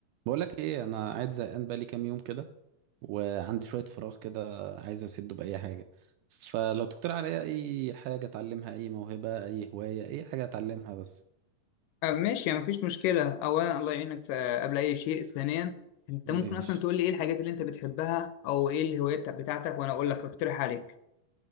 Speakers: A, on the right; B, on the left.
A: بقولك ايه انا قاعد زهقان بقالي كام يوم كده وعندي شويه فراغ كده عايز اسده باي حاجه فلو تقترح عليا اي حاجه اتعلمها اي موهبه اي هوايه اي حاجه اتعلمها بس
B: آه، ماشي يعني مفيش مشكلة أولا الله يعينك ف- قبل أي شيء ثانيا أنت
A: بيبي
B: ممكن
A: يا
B: أصلا
A: باشا
B: تقول لي إيه الحاجات اللي أنت بتحبها أو إيه الهوايات بتاعتك وأنا أقول لك أقترح عليك